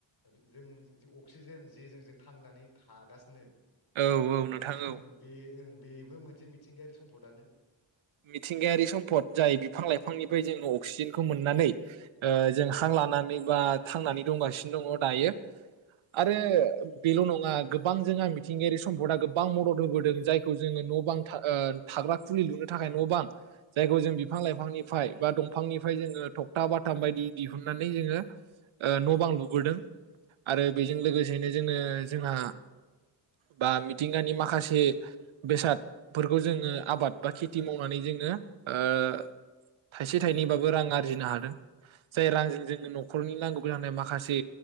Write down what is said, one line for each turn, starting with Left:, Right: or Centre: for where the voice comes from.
Left: बि जों जि अक्सिजेन जेजों जों थांनानै थागासिनो
Right: औ औ नोंथां
Left: जों
Right: औ
Left: बे ओं बेबो मोनसे मिथिंगायारि सम्पदानो।
Right: मिथिंगायारि सम्फद जाय बिफां लाइफांनिफ्राय जोङो अक्सिजेनखौ मोननानै ओ जों हां लानानै बा थांनानै दंगासिनो दङ दायो आरो ओ बेल' नङा गोबां जोंहा मिथिंगायारि सम्पदा गोब्बां मदद होबोदों जायखौ जोङो न' बां था ओ थाग्रा खुलि लुनो थाखाय न' बां जायखौ जों बिफां लाइफांनिफ्राय बा दंफांनिफ्राय जोङो थखथा बाथाम बायदि दिहुननानै जोङो ओ न' बां लुबोदों आरो बेजों लोगोसेनो जोङो जोंहा बा मिथिंगानि माखासे बेसादफोरखौ जोङो आबाद बा <unintelligible> खेथि मावनानै जोङो ओ थाइसे थाइनैबाबो रां आरजिनो हादों जाय रांजों जोंङनो न'खरनि नांगौ जानाय माखासे